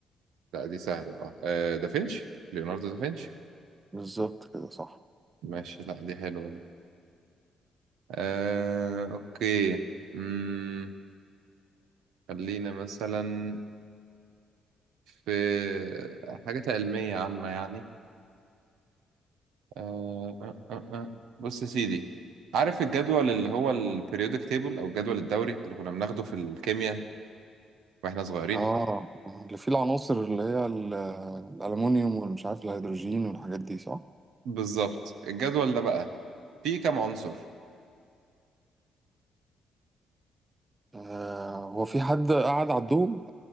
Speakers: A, on the right; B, on the right.
A: لا دي سهلة اه آه، دافنشي ليوناردو دافنشي
B: بالظبط كده صح
A: ماشي لا دي حلوة دي آه، أوكي مم، خلينا مثلا في حاجات علمية عامة يعني آه، آه، آه، آه. بص يا سيدي عارف الجدول اللي هو البريودك تيبل أو الجدول الدوري اللي كنا بناخده في الكيمياء وإحنا صغيرين
B: اه آه، اللي فيه العناصر اللي هي ال- الألمونيوم والمش عارف الهيدروجين والحاجات دي صح
A: بالظبط الجدول ده بقى فيه كام عنصر
B: آه، هو في حد قاعد على الدوم